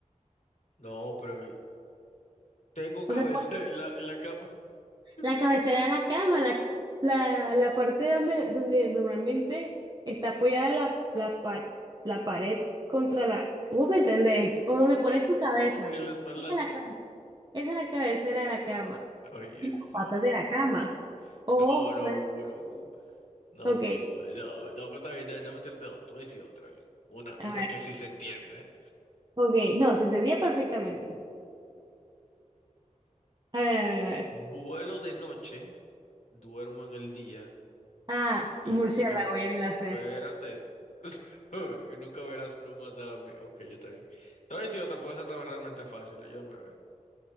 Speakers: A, on the left; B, on the right.
A: No, pero que- tengo cabeza.
B: O sea, pues,
A: <laughs> La, la cama. <laughs>
B: la cabecera de la cama, la, la, la parte donde, donde normalmente está apoyada la, la, par- la pared contra la... ¿Vos me entendés? O donde pones tu cabeza.
A: El espalda
B: Esa
A: alto
B: es la, cabe-
A: dice.
B: esa es la cabecera de la cama.
A: Oye,
B: Y las
A: esa
B: patas
A: vaina.
B: de la cama. O,
A: No, no,
B: pues,
A: Hugo, no, Hugo. no,
B: ok,
A: Hugo, no, no, pero está bien, está bien, no me trate de otro, voy a decir otra vez. Una,
B: a
A: una
B: ver,
A: que sí se entienda, ¿eh?
B: ok. No, se entendía perfectamente. A ver, a ver, a ver.
A: Vuelo de noche. duermo en el día
B: Ah,
A: y
B: murciélago,
A: nunca,
B: ya me la sé.
A: espérate, <laughs> y nunca verás plumas a la mía. Ok, ya está bien. Te voy a decir otra, porque esa estaba realmente fácil. Yo me